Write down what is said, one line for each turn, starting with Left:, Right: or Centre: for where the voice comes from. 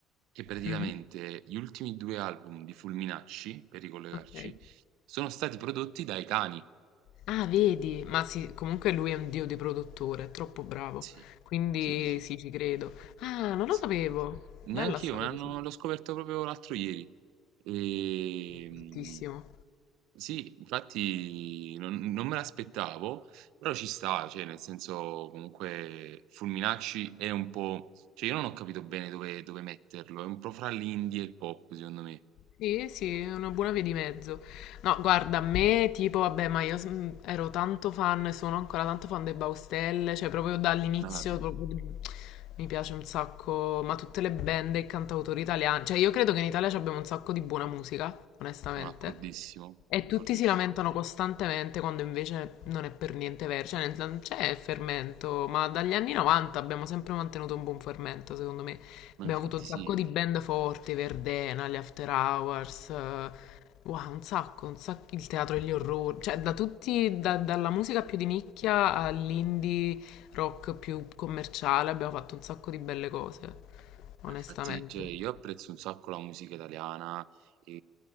Right: che praticamente
Left: Mhm,
Right: gli ultimi due album di Fulminacci, per ricollegarci,
Left: Ok.
Right: sono stati prodotti dai cani.
Left: Ah, vedi, ma sì, comunque lui è un dio di produttore, è troppo bravo,
Right: Sì,
Left: quindi
Right: sì, sì, sì,
Left: sì, ci credo. Ah, non
Right: sì.
Left: lo sapevo,
Right: Neanch'io,
Left: bella sta
Right: me
Left: cosa.
Right: l'hanno- l'ho scoperto proprio l'altro ieri. Ehm,
Left: Bruttissimo.
Right: sì, infatti non, non me l'aspettavo, però ci sta, cioè, nel senso, comunque, Fulminacci è un po'... Cioè, io non ho capito bene dove, dove metterlo, è un po' fra l'indie e il pop, secondo me.
Left: Sì, sì, è una buona via di mezzo. No, guarda, a me tipo, vabbè, ma io s- mh, ero tanto fan e sono ancora tanto fan dei Baustelle, cioè proprio dall'inizio
Right: No, vabbè,
Left: proprio mi piace un sacco, ma tutte le band e i cantautori italiani, cioè io credo che in Italia ci abbiamo un sacco di buona musica, onestamente.
Right: sono d'accordissimo,
Left: E
Right: d'accordissimo.
Left: tutti si lamentano costantemente quando invece non è per niente vero, cioè nel- non c'è fermento, ma dagli anni 90 abbiamo sempre mantenuto un buon fermento, secondo me.
Right: Ma
Left: Abbiamo
Right: infatti
Left: avuto un
Right: sì,
Left: sacco di band forti, Verdena, gli After Hours, eh, wow, un sacco, un sacco, il teatro degli orrori, cioè da tutti, da- dalla musica più di nicchia all'indie rock più commerciale abbiamo fatto un sacco di belle cose, onestamente.
Right: Ma Infatti, cioè, io apprezzo un sacco la musica italiana, e